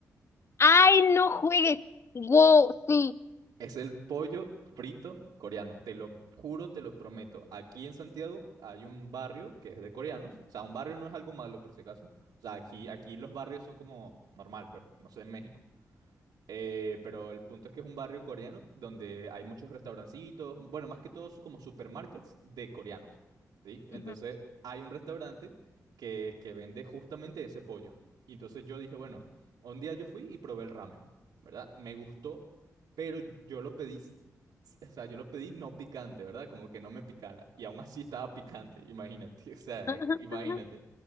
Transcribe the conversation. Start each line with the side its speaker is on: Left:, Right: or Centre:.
Left: ¡Ay, no juegues! ¡Wow! Sí.
Right: Es el pollo frito coreano, te lo juro, te lo prometo. Aquí en Santiago hay un barrio que es de coreanos. O sea, un barrio no es algo malo por si acaso. O sea, aquí, aquí los barrios son como normal, pues, no sé, en México. Eh, pero el punto es que es un barrio coreano donde hay muchos restaurancitos, bueno, más que todo su- como supermarkets de coreanos, ¿sí? Entonces
Left: Ujú.
Right: hay un restaurante que, que vende justamente ese pollo. Y entonces yo dije, bueno, un día yo fui y probé el ramen, ¿verdad? Me gustó, pero yo lo pedí, s- o sea, yo lo pedí no picante, ¿verdad? Como que no me picara. Y aún así estaba picante, imagínate, <laughs> o sea,
Left: <laughs>
Right: imagínate.